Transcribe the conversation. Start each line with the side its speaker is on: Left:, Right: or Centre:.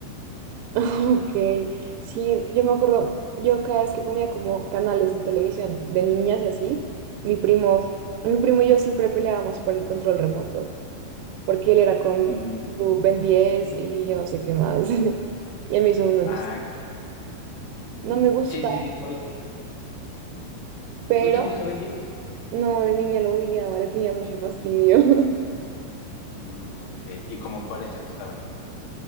Right: Ok. Sí, yo me acuerdo, yo cada vez que ponía como canales en televisión de niñas y así, mi primo, mi primo y yo siempre peleábamos por el control remoto, porque él era con
Left: Mm,
Right: su Ben 10 y yo no sé qué más. <laughs> Y a mí eso no me
Left: ah,
Right: gusta.
Left: Claro.
Right: No me gusta,
Left: sí, sí, sí, ¿cuáles te gustaban?
Right: pero
Left: ¿No te gustaban diez
Right: No, de niña lo odiaba, le tenía mucho fastidio. <laughs>
Left: Mm, ok, ¿y como cuáles te gustaban?